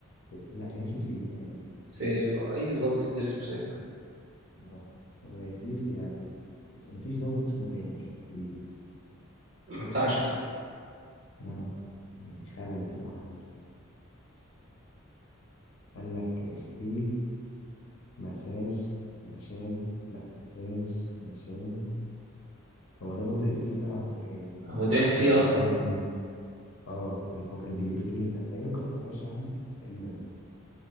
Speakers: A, on the left (about 60°); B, on the right (about 65°).
A: آه، لا كان اسمه سيف تقريبا
B: سيف أي ظابط في الدنيا اسمه سيف
A: صح؟ اه هو يا سيف يا بس مفيش ضابط اسمه تامر تقريبا
B: ما ينفعش أصلا
A: اه يعني خلل في العملية قال لك إفيه مساج مشاز لا مساج مشاز هو ده برضه إفيه لطلعت زكريا
B: هو
A: فده
B: ده فيه
A: أعتقد
B: أصلا؟
A: يمكن آه إن هو كان بيقول كلمة تقريبا قصة الحي الشعبي تقريبا